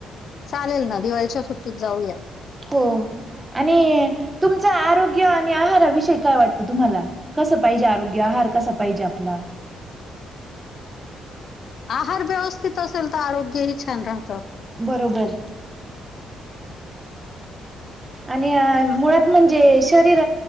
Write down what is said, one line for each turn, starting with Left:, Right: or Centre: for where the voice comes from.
Left: चालेल ना दिवाळीच्या सुट्टीत जाऊयात
Right: हो आणि तुमच आरोग्य आणि आहाराविषययी काय वाटतं तुम्हाला कसं पाहिजे आरोग्य आहार कसा पाहिजे आपला
Left: आहार व्यवस्थित असेल तर आरोग्यही छान राहतं
Right: बरोबर आणि मुळात म्हणजे शरीर